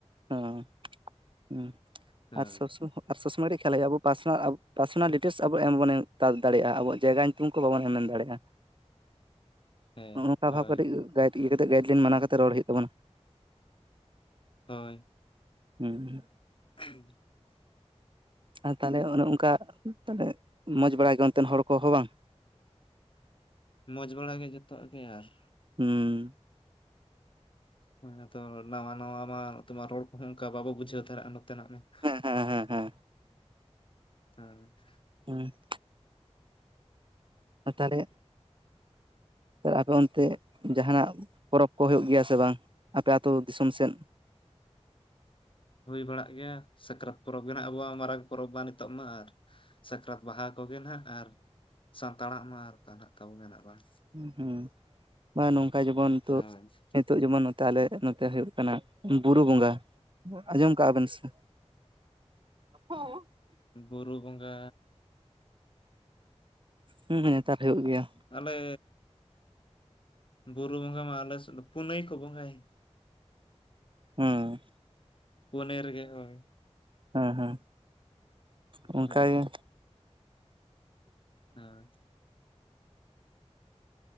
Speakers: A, on the right (about 45°); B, on the left (about 50°).
A: ᱚᱸ ᱾ᱦᱩᱸ
B: ᱦᱳᱭ
A: ᱻᱟᱨ ᱥᱚᱵ- ᱥᱚᱢ ᱟᱨ ᱥᱚᱵ ᱥᱚᱢᱚᱭ ᱠᱟᱹᱴᱤᱡ ᱠᱷᱮᱭᱟᱞ ᱦᱳᱭᱳᱜᱼᱟ᱾ ᱟᱵᱚ ᱯᱟᱥᱚᱱᱟ ᱟᱵᱳ ᱯᱟᱨᱥᱚᱱᱟᱞ ᱰᱤᱴᱮᱞᱥ ᱟᱵᱚ, ᱮᱢ ᱦᱚᱵᱚᱱ ᱮᱢ ᱫᱟᱲᱮᱭᱟᱜᱼᱟ ᱾ ᱟᱵᱚᱣᱟ-ᱜ ᱡᱟᱭᱜᱟ᱾ ᱧᱩᱛᱩᱢ ᱠᱚ ᱾ᱵᱟᱵᱚᱱ ᱮᱢ ᱮᱢ ᱫᱟᱲᱮᱭᱟᱜᱼᱟ᱾
B: ᱦᱮᱸ
A: ᱱᱚᱜᱼᱚ ᱱᱚᱝᱠᱟ
B: ᱦᱳᱭ
A: ᱾ ᱵᱷᱟᱵᱽ ᱠᱟᱹᱴᱤᱡ ᱜᱟᱭᱤᱸᱰ ᱞᱤ ᱠᱟᱛᱮᱜ ᱜᱟᱭᱤᱰ ᱞᱤᱱ ᱢᱟᱱᱟ ᱾ᱠᱟᱛᱮ ᱨᱚᱲ ᱦᱳᱭᱳ-ᱜ ᱛᱟᱵᱚᱱᱟ᱾
B: ᱦᱳᱭ᱾
A: ᱦᱩᱸ᱾
B: <unintelligible>
A: ᱟᱨ ᱛᱟᱦᱚᱞᱮ, ᱚᱱᱮ ᱚᱱᱠᱟ ᱛᱟᱱᱦᱮ ᱢᱚᱸᱡᱽ ᱵᱟᱲᱟ ᱜᱮ᱾ ᱚᱱᱛᱮᱱ ᱦᱚᱲ ᱠᱚ-ᱦᱚᱸ ᱵᱟᱝ
B: ᱢᱚᱸᱡᱽ ᱵᱟᱲᱟ ᱜᱮ, ᱡᱚᱛᱚᱣᱟ-ᱜ ᱜᱮ ᱟᱨ ᱾
A: ᱦᱩᱸ
B: ᱦ ᱛᱚ ᱱᱟᱣᱟᱻᱱᱟᱣᱟ ᱢᱟᱢ ᱨᱚᱲ ᱠᱚ-ᱦᱚᱸ ᱢᱟ ᱚᱱᱠᱟ ᱵᱟᱵᱚ ᱵᱩᱡᱷᱟᱹᱣ ᱫᱟᱲᱮᱭᱟᱜᱼᱟ᱾ ᱱᱚᱛᱮᱱᱟᱜ ᱢᱟ ᱾
A: ᱦᱮᱸ ᱦᱮᱸ ᱦᱮᱸ
B: ᱦᱮᱸ <unintelligible>
A: ᱦᱮᱸ <unintelligible> ᱛᱟᱦᱚᱞᱮ ᱛᱟᱦ ᱟᱯᱮ ᱚᱱᱛᱮ ᱡᱟᱦᱟᱱᱟ-ᱜ <inaudible> ᱯᱚᱨᱚᱵᱽ ᱠᱚ ᱦᱩᱭᱩᱜ ᱜᱮᱭᱟ ᱥᱮ ᱵᱟᱝ᱾ ᱟᱯᱮ ᱟᱹᱛᱩ ᱫᱤᱥᱚᱢ ᱥᱮᱫ?
B: ᱦᱩᱭ ᱵᱟᱲᱟᱜ ᱜᱮᱭᱟ᱾ ᱥᱟᱠᱨᱟᱛ ᱯᱚᱨᱚᱵᱽ ᱜᱮᱟᱸᱜ ᱟᱵᱚᱣᱟ-ᱜ ᱢᱟᱨᱟᱝ ᱯᱚᱨᱚᱵᱽ ᱢᱟ᱾ ᱱᱤᱛᱚᱜ ᱢᱟ ᱟᱨ ᱥᱟᱠᱨᱟᱛ ᱵᱟᱦᱟ ᱠᱚᱜᱮ ᱱᱟᱦᱜ, ᱟᱨ ᱥᱟᱱᱛᱟᱲᱟᱜ ᱢᱟ᱾ ᱟᱨᱠᱟᱱᱟᱜ ᱛᱟᱵᱚ ᱢᱮ ᱵᱟᱝ?
A: ᱦᱮᱸ ᱵᱟ ᱱᱚᱝᱠᱟ ᱡᱮᱢᱚᱱ <inaudible>
B: ᱦᱚᱸᱭ <unintelligible>
A: ᱱᱤᱛᱚᱜ ᱡᱮᱢᱚᱱ ᱱᱚᱛᱮ ᱟᱞᱮ ᱱᱚᱛᱮ ᱦᱩᱭᱩᱜ ᱠᱟᱱᱟ ᱾ ᱵᱩᱨᱩ ᱵᱚᱸᱜᱟ ᱟᱸᱡᱚᱢ ᱠᱟᱜᱼᱟ᱾ ᱵᱮᱱ ᱥᱮ? ᱦ <unintelligible>
B: ᱵᱩᱨᱩ ᱵᱚᱸᱜᱟ
A: ᱦᱩᱸᱸ ᱱᱮᱛᱟᱨ ᱦᱩᱭᱩᱜ ᱜᱮᱭᱟ᱾
B: ᱟᱞᱮ ᱵᱩᱨᱩᱨᱩ ᱵᱚᱝᱜᱟ ᱢᱟ ᱟᱞᱮ ᱥᱮᱫ᱾ ᱯᱩᱱᱟᱹᱭ ᱠᱚ ᱵᱚᱸᱜᱟ ᱭᱟ ᱾
A: ᱦᱩᱸ
B: ᱯᱚᱱᱮᱨ ᱨᱮ ᱜᱮ ᱦᱳᱭ᱾
A: ᱦᱩᱸᱻᱦᱩᱸ ᱚᱱᱠᱟᱜᱮ
B: ᱦᱮᱸ ᱦᱮᱸ <unintelligible>